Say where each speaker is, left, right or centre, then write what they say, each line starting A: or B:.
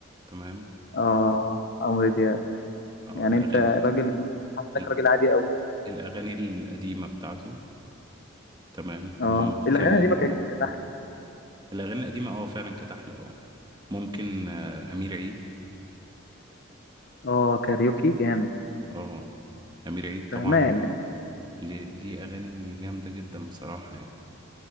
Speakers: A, on the right (about 20°); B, on the left (about 50°).
A: تمام
B: اه عمرو دياب
A: او
B: يعني
A: الاغاني
B: انت راجل حاسسك
A: ال-
B: راجل عادي قوي
A: الاغاني القديمة بتاعته تمام
B: اه
A: ممكن
B: الاغاني الأغاني دي ما كانت كانت أحلى
A: الاغاني القديمة اه فعلا كانت احلى اه ممكن آه، امير عيد
B: اه كاريوكي جامد
A: اه امير عيد طبعا
B: فهمان
A: ليه ليه اغاني جامده جدا بصراحه يعني